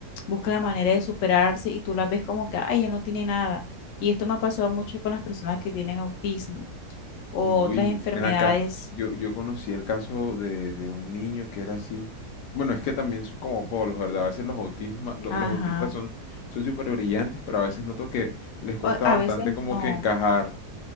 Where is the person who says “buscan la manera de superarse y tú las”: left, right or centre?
Left